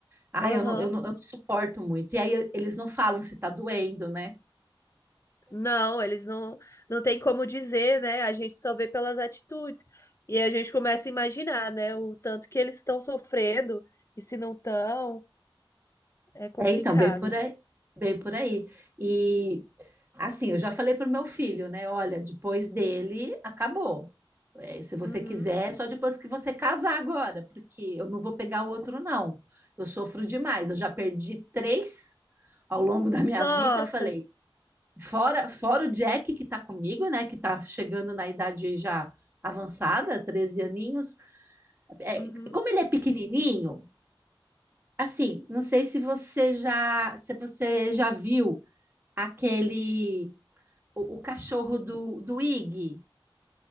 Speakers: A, on the right; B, on the left.
A: Ai,
B: Aham.
A: eu não, eu não, eu não suporto muito. E aí eles não falam se tá doendo, né?
B: Não, eles não, não têm como dizer, né? A gente só vê pelas atitudes. E a gente começa a imaginar, né? O tanto que eles estão sofrendo e se não estão, é complicado.
A: É, então, bem por aí, bem por aí. E assim, eu já falei pro meu filho, né? Olha, depois dele acabou. É, se você
B: Uhum.
A: quiser, é só depois que você casar agora, porque eu não vou pegar o outro, não. Eu sofro demais. Eu já perdi três ao longo da minha
B: Nossa.
A: vida. Falei, fora, fora o Jack que tá comigo, né? Que tá chegando na idade já avançada, 13 aninhos. É,
B: Uhum.
A: como ele é pequenininho. Assim, não sei se você já, se você já viu aquele o, o cachorro do do Iggy.